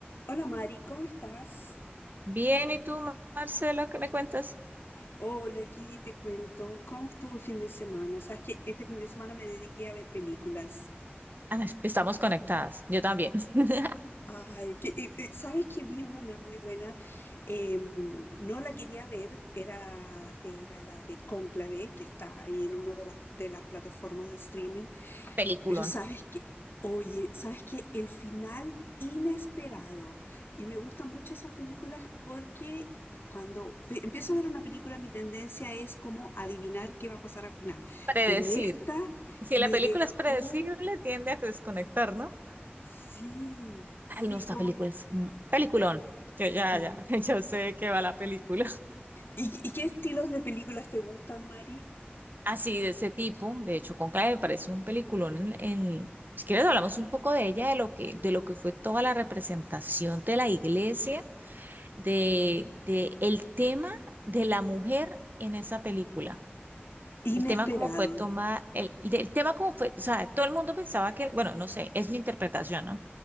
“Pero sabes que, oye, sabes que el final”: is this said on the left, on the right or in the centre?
Left